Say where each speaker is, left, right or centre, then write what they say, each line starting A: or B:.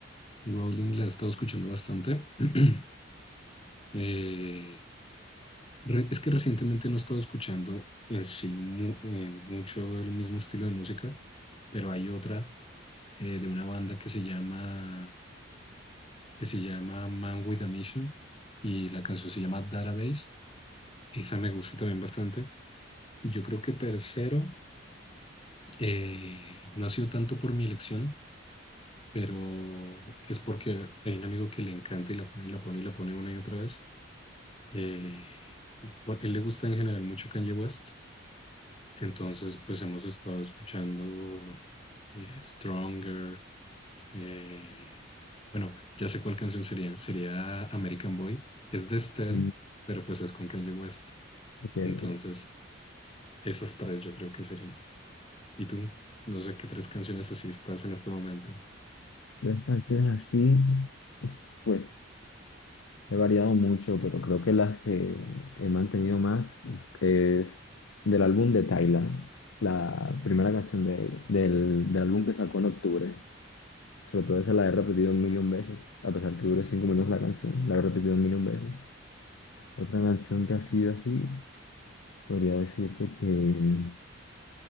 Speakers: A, on the left; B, on the left.
A: Rolling la he estado escuchando bastante. <clears throat> Eh, re- es que recientemente no he estado escuchando en sí mu- eh, mucho el mismo estilo de música, pero hay otra eh, de una banda que se llama, que se llama Man with a Mission y la canción se llama Database. Esa me gusta también bastante. Y yo creo que tercero eh, no ha sido tanto por mi elección, pero es porque hay un amigo que le encanta y la pone y la pone y la pone una y otra vez. Eh, porque a él le gusta en general mucho Kanye West. Entonces, pues hemos estado escuchando eh, Stronger, Eh, bueno, ya sé cuál canción sería. Sería American Boy. Es de Estelle,
B: Mm,
A: pero pues es con Kanye West.
B: ok,
A: Entonces,
B: ok.
A: esas tres yo creo que serían. ¿Y tú? No sé qué tres canciones así estás en este momento.
B: Tres canciones así, pues he variado mucho, pero creo que las que he mantenido más es del álbum de Tyla, la primera canción de, del, del álbum que sacó en octubre. Sobre todo esa la he repetido un millón veces, a pesar que dure cinco minutos la canción, la he repetido un millón veces. Otra canción que ha sido así. Podría decirte que mm,